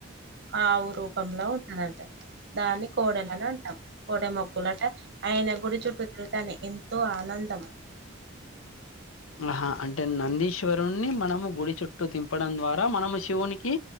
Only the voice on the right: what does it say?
ఆవు రూపంలో ఉన్నదంట దా కోడెలు అని అంటాం కోడ మొక్కులు అంటే ఆయన గుడి చుట్టూ తిరుగుతనే తో ఆనందం